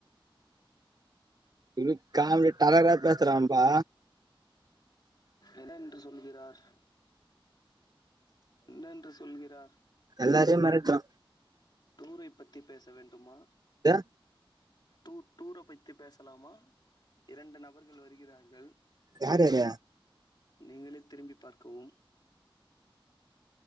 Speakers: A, on the right; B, on the left.
A: <unintelligible> <unintelligible> பேசுறான்பா
B: என்ன என்று சொல்கிறார் என்னென்று சொல்கிறார்
A: எல்லாரியும் மெரட்றா
B: டூரை பத்தி பேச வேண்டுமா
A: டேய்,
B: டூர் டூர பத்தி பேசலாமா இரண்டு நபர்கள் வருகிறார்கள்
A: யார் யாரு
B: நீங்களே திரும்பி பார்க்கவும்